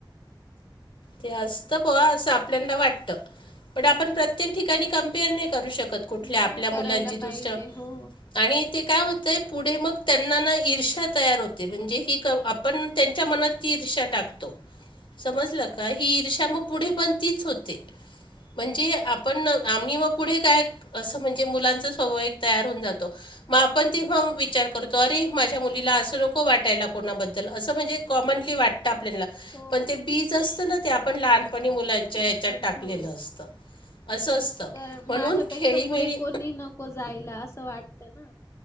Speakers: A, on the left; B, on the left.
A: ते असतं पहा असं आपल्याला वाटतं पण
B: हम्म.
A: आपण प्रत्येक ठिकाणी कम्पेअर नाही करू शकत. कुठल्या
B: नाही
A: आपल्या
B: करायला
A: मुलांची
B: पाहिजे
A: दुसऱ्या.
B: हो
A: आणि ते काय होतंय पुढे मग त्यांना ना ईर्षा तयार होते म्हणजे ही क. पण त्यांच्या मनात ती ईर्षा टाकतो.
B: ह.
A: समजलं का ही इर्षा म पुढे पण तीच होते. म्हणजे आपण आम्ही मग पुढे काय? असं म्हणजे मुलांचं स्वभाव एक तयार होऊन जातो. मग आपण तेव्हा विचार करतो अरे माझ्या मुलीला असं नको वाटायला कोणाबद्दल असं म्हणजे कॉमनली वाटतं आपल्याला
B: हो.
A: पण ते बीज असत ना ते आपण लहान पणी मुलांच्या
B: आपण
A: याच्यात टाकलेलं
B: हो
A: असतं. असं असतं
B: कारण
A: म्हणून
B: माझ्यापेक्षा
A: खेळीमेळी
B: पुढे कोणी नको जायला असं वाटतं ना.